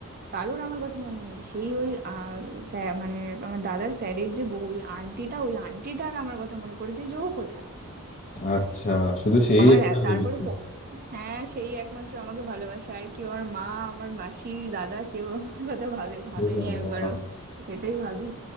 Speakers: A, on the right (about 40°); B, on the left (about 40°).
A: কারুর আমার কথা মনে নেই সেই ওই আহ, স্যা- মানে আমার দাদার স্যারের যে বউ ওই আন্টিটা ওই আন্টিটার আমার কথা মনে পড়েছে যে ও কোথায়
B: আচ্ছা শুধু সেই
A: আমার
B: একবার
A: এ- তারপরে
B: ভেবেছি
A: প- হ্যাঁ সেই একমাত্র আমাকে ভালোবাসে আর কেউ আমার মা আমার মাসির দাদা কেউ আমার কথা ভাবে ভাবেনি
B: ও বাবা,
A: একবারও সেটাই ভাবি